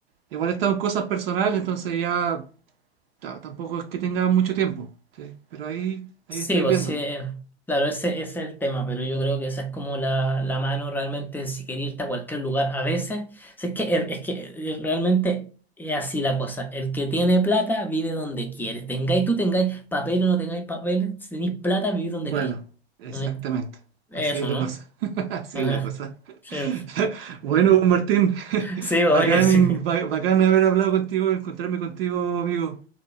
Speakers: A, on the right; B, in the centre.
A: igual he estado en cosas personales, entonces ya ta- tampoco es que tenga mucho tiempo, sí, pero ahí,
B: sí,
A: ahí estoy
B: pues
A: viendo.
B: sí, eh, claro, ese, ese es el tema, pero yo creo que esa es como la, la mano realmente si quería irte a cualquier lugar. A veces, si es que, es que eh, realmente es así la cosa. El que tiene plata vive donde quiere. Tengáis, tú tengáis papel o no tengáis papel, si tenéis plata, vivís donde
A: Bueno,
B: queréis.
A: exactamente,
B: ¿Entiendes? Eso,
A: así es la
B: ¿no?
A: cosa, <laughs> así
B: Ajá.
A: es la cosa. <laughs>
B: Sí. pues.
A: Bueno, pues, Martín, <laughs>
B: Sí, oye,
A: bacán,
B: sí.
A: ba- bacán haber hablado contigo, encontrarme contigo, amigo.